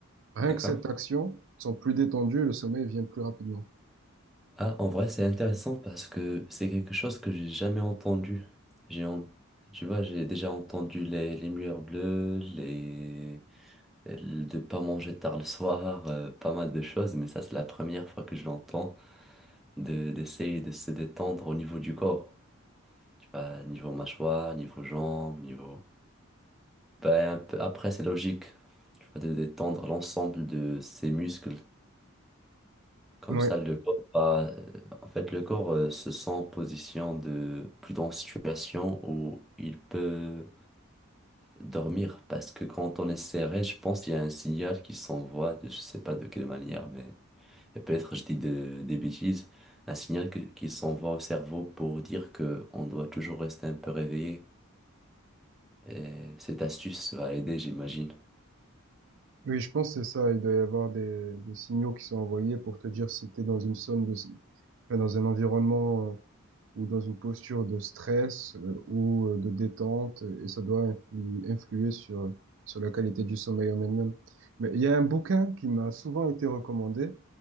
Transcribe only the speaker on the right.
rien
que cette action, ils sont plus détendus et le sommeil vient plus rapidement.
Ouais.
Oui, je pense que c'est ça. Il doit y avoir des, des signaux qui sont envoyés pour te dire si tu es dans une zone de, enfin, dans un environnement euh, ou dans une posture de stress euh, ou euh, de détente, et ça doit influ- influer sur, sur la qualité du sommeil en elle-même. Mais il y a un bouquin qui m'a souvent été recommandé